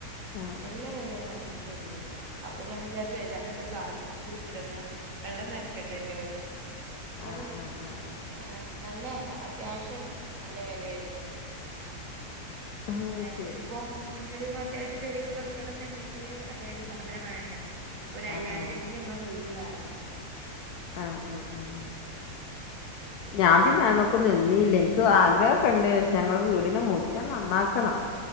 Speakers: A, on the left (about 75°); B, on the right (about 55°).
A: ആഹ്
B: നല്ല വില ണ്ടാർന്നു ചെടികൾക്ക് അപ്പൊ ഞാൻ വിചാരിച്ചു ഐലാറനല്ലെ പ്ലാസ്റ്റിക് കുഴിച്ചിട്ണ വെള്ളം നനക്കണ്ടല്ലോന്ന് പിന്നെന്താ
A: ആഹ് ആഹ് ആഹ്
B: ഏഹ് നല്ല അത്യാവശ്യം നല്ല വെല വരുന്നുണ്ട്
A: ആഹ്
B: നമുക്കിപ്പം
A: ശരി
B: അത്യാവശം ചെടികൾ വെക്കണംന്ന്ണ്ടെങ്കില് അത്യാവശ്യം സാധനം വേണ്ടേ ഇപ്പൊരയ്യായിരെങ്കിലും
A: ആഹ് ആഹ്
B: നമ്മളെ കയ്യില് വേണം <unintelligible>
A: ആ ആ ആഹ്
B: അപ്പൊ
A: ഞാൻ
B: വാങ്ങും
A: പിന്നെ അത് മക്കൊന്നും നിന്നീല ൻക്ക് ആഗ്രഹൊക്കെണ്ട് പക്ഷെ ഞങ്ങളെ വീടിന്റെ മുറ്റം നന്നാക്കണം